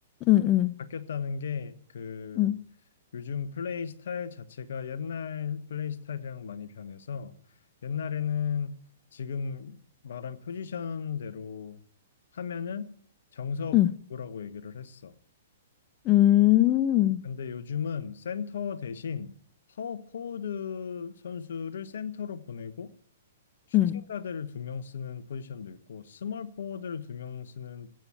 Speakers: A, on the left; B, on the left.
A: 응, 응,
B: 바뀌었다는 게, 그,
A: 응,
B: 요즘 플레이 스타일 자체가 옛날 플레이 스타일이랑 많이 변해서, 옛날에는 지금 말한 포지션대로 하면은 정석구라고
A: 응.
B: 얘기를 했어.
A: 음.
B: 근데 요즘은 센터 대신 파워 포워드 선수를 센터로 보내고, 슈팅
A: 음.
B: 가드를 두 명 쓰는 포지션도 있고 스몰 포워드를 두 명 쓰는